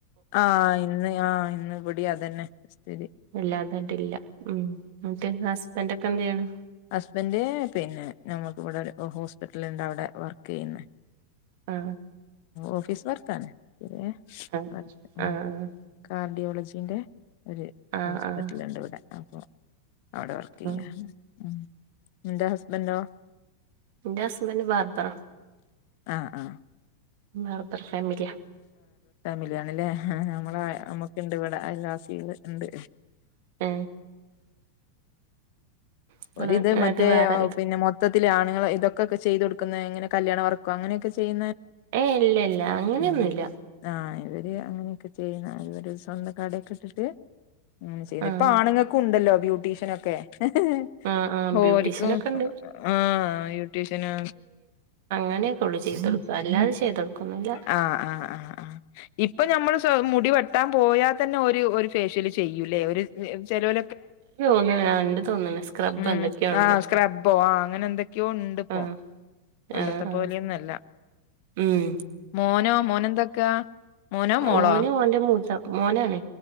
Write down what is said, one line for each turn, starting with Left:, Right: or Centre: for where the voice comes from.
Left: ആഹ് ഇന്ന് ആഹ് ഇന്ന്ഇവടി അതന്നെ സ്ഥിതി
Right: അല്ലാതായിട്ടില്ല ഉ എന്നിട്ട് ഹസ്ബൻഡ ഒക്കെ എന്തെയാണ്
Left: ഹസ്ബൻഡ പിന്നെ നമുക്കിവിടെ ഒരു ഹോസ്പിറ്റല ഉണ്ട് അവിടെ വർക്ക് ചെയ്യുന്ന
Right: ആ
Left: ഓഫീസ് വർത്താനെ ഇ <unintelligible>
Right: ആഹ് ആഹ്
Left: ർഡിയോളജീന്റെ ഒരു
Right: ആഹ്
Left: ഹോസ്പിറ്റലുണ്ട്
Right: ആഹ്
Left: ഇവിടെ അപ്പൊ അവിടെ വർക്ക് ചെയ്യാ
Right: ആഹ്
Left: ഉ നിന്റെ ഹസ്ബൻഡോ
Right: ഇൺഡേ ഹസ്ബൻഡ് ബാർബറാ
Left: ആഹ ആഹ
Right: മാർദർ ഫാമില
Left: മല്യാണിലേ നമ്മള നമുക്ക ഇണ്ട് ഇവിടെ അലാസിൽ ഉണ്ട്
Right: ആ ഇങ്ങള്
Left: ഒരിത്
Right: എന്നിട്ട്
Left: മറ്റേ
Right: വേറെ
Left: പിന്നെ മൊത്ത ഇതിലെആണുങ്ങൾ ഇതൊക്കെ ചെയ് കൊടുക്കുന്നെ എങ്ങനെ കല്യാണ വർക്കോ അങ്ങനെയൊക്കെ ചെയ്യ
Right: ഏ ഇല്ല ഇല്ല അങ്ങനെയൊന്നുല്ല
Left: ഉ ആ ഇവര് അങ്ങനെയൊക്കെ ചെയ്യുന്ന ഇവര് സ്വന്തം കടൊക്കെ ഇട്ടിട്ട് ഉ ചെയ്യുന്നു
Right: ആഹ്
Left: ഇപ്പൊ ആണുങ്ങൾക്ക് ഉണ്ടല്ലോ ബ്യൂട്ടീഷ്യൻ ഒക്കെ ഹെ ഹെ
Right: ആഹ് ആഹ്
Left: ഓരിക്കും
Right: ബ്യൂട്ടീഷ്യനൊക്കെ ഉണ്ട്
Left: ആ ബ്യൂട്ടീഷന്
Right: അങ്ങനൊക്കള്ളൂ ചെയ്തൊടുക്കു അല്ലാതെ ചെയ്തൊടുക്കന്നില്ല
Left: ആഹ് ആഹ് ആഹ് ആഹ് ഇപ്പൊ നമ്മൾ മുടി വെട്ടാൻ പോയാൽ തന്നെ ഒരു ഒരു ഫേഷ്യല് ചെയ്യൂലേ ഒരു ചിലവ
Right: ഇണ്ട് തോന്ന്ണ് ഇണ്ട് തോന്ന്ണ് സ്ക്രബ്
Left: ഉം
Right: എന്തൊക്കെയോ ഉണ്ട്
Left: ആഹ് സ്ക്രബ്ബോ ആഹ് അങ്ങനെ എന്തൊക്കെയോ ഇണ്ട് ഇപ്പൊ
Right: ആ
Left: പണ്ടത്തെ
Right: ആ ആ
Left: പോലെയൊന്നും അല്ല
Right: ഉം
Left: മോനോ മോനെന്താക്കാ മോനോ മോളോ
Right: ഓന് ഓന്റെ മൂത്ത മോനാണ്